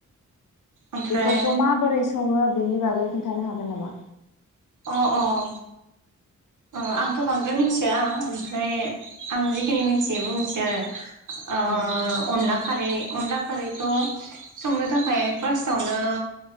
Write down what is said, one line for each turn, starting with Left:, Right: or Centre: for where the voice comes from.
Right: ओमफ्राय
Left: बेफोरखौ माबोरै सङो बेनि बाग नों खोन्थानो हागोन नामा?
Right: अह अह। ओ आंथ बांद्राय मिनथिया ओमफ्राय आं जिखिनि मिनथियो आबुंनोसै आरो
Left: औ
Right: ओ अनला खारै अनला खारैखौ संनोथाखाय फास्तआवनो